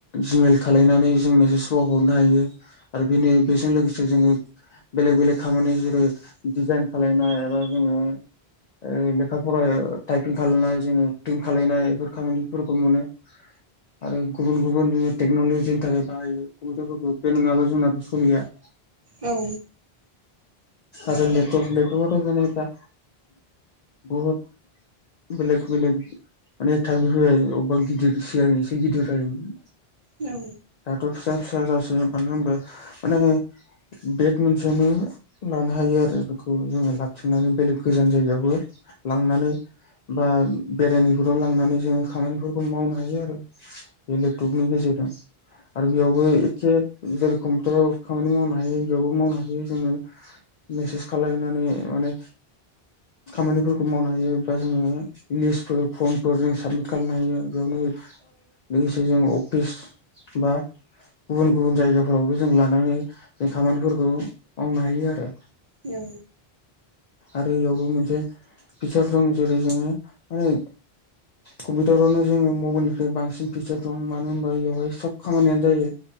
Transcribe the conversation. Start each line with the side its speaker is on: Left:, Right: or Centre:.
Left: जिमेल खालायनानै जों मेसेजखौ हरनो हायो। आरो बेनो बेजों लोगोसे जोङो बेलेग बेलेग खामानि जेरै डिजाइन खालायनाय एबा जोङो ओ लेखा फरायाव टाइपिं खालामनानै जोङो खालायनाय बेफोर खामानिफोरखौ मोनो। आरो गुबुन गुबुन जोङो टेक्न'लजिनि थाखाय बाहायो कम्पिउटारफोरखौ बे नङाबा जोंनाबो सलिया।
Right: औ
Left: आरो नेटवर्क‌ नेटवर्कआवथ' जोङो दा बहुत बेलेग बेलेग माने थाबनो होबाय अबेबा गिदिर सिगां एसे गिदिर जायोमोन।
Right: औ
Left: दाथ' फिसा फिसा जासै मानो होनबा माने बेग मोनसेयावनो लानो हायो आरो बेखौ जोङो लाबथिंनानै बेलेग गोजान जायगायावबो लांनानै बा बेरायनो दिरुन लांनानै जोङो खामानिफोरखौ मावनो हायो आरो बे लेपटपनि गेजेरजों। आरो बेयावबो एखे जेरै कम्पिउटाराव खामानि मावनो हायो बेयावबो मावनो हायो जोङो मेसेज खालायनानै माने खामानिफोरखौ मावनो हायो बा जोङो लिस्टफोर फर्मफोर जों साबमिट खालामनो हायो बेयावनो लोगोसे जों अफिस बा गुबुन गुबुन जायगाफोरावबो जों लानानै जों खामानिफोरखौ मावनो हायो आरो।
Right: औ
Left: आरो इयावबो मोनसे फिचार दं जेरै जोङो माने कम्पिउटारावनो जोङो मबाइलनिफ्राय बांसिन फिचार दं मानो होनबा बेयावहाय सब खामानियानो जायो।